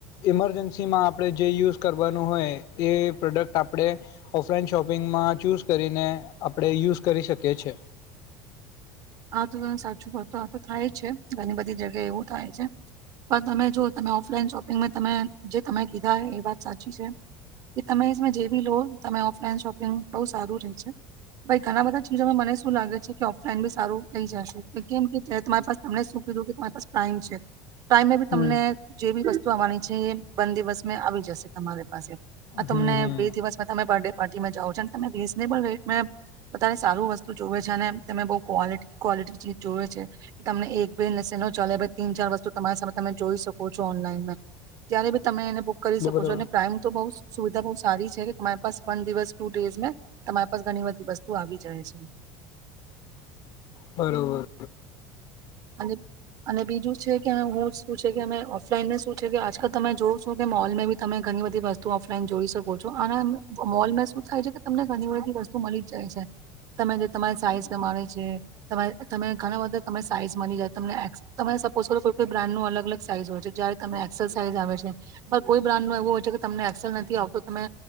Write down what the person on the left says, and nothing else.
ઈમરજન્સીમાં આપણે જે યુઝ કરવાનું હોય એ પ્રોડક્ટ આપણે ઓફલાઈન શોપિંગમાં ચૂઝ કરીને, આપણે યુઝ કરી શકીએ છે
હમ
હમ
હમ
બરોબર
બરોબર